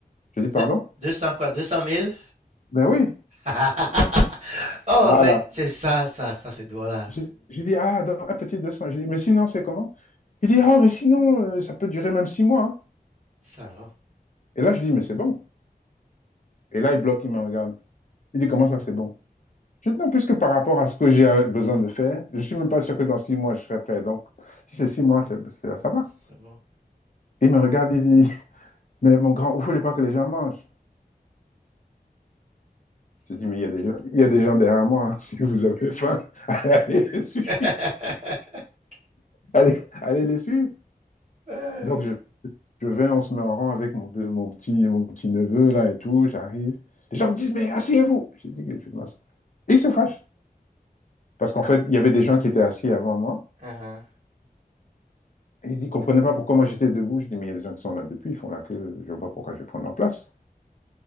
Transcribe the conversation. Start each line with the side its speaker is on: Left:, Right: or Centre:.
Left: Je dis, pardon?
Right: De- Deux- 200 quoi? deux cent mille
Left: Ben oui,
Right: <laughs> Oh,
Left: voilà.
Right: mais c'est ça, ça, ça, c'est Douala.
Left: J'ai j'ai dit, ah, dans un petit 200. J'ai dit, mais sinon, c'est comment? Il dit, ah, mais sinon, euh, ça peut durer même six mois. hein.
Right: Ça alors,
Left: Et là, je dis, mais c'est bon. Et là, il bloque, il me regarde. Il dit, comment ça, c'est bon? Je dis, non, puisque par rapport à ce que j'ai euh, besoin de faire, je suis même pas sûr que dans six mois, je serai prêt. Donc, si c'est six mois, c'est, c'est- ça va.
Right: c'est bon.
Left: Il me regarde, il dit, <laughs> mais mon grand, vous voulez pas que les gens mangent? Je dis, mais il y a des gens, il y a des gens derrière moi. hein. <laughs> Si vous avez faim, <laughs> allez les suivre.
Right: <laughs>
Left: Allez, allez les suivre.
Right: Ouais,
Left: Donc, je Je vais, on se met en rang avec mon, mon petit, mon petit neveu là et tout, j'arrive. Les gens me disent, mais asseyez-vous. Je dis que je vais m'asseoir. Et ils se fâchent. Parce qu'en fait, il y avait des gens qui étaient assis avant moi.
Right: uh-huh.
Left: Et ils ne comprenaient pas pourquoi moi j'étais debout. Je dis, mais il y a des gens qui sont là depuis, ils font la queue, je ne vois pas pourquoi je vais prendre leur place.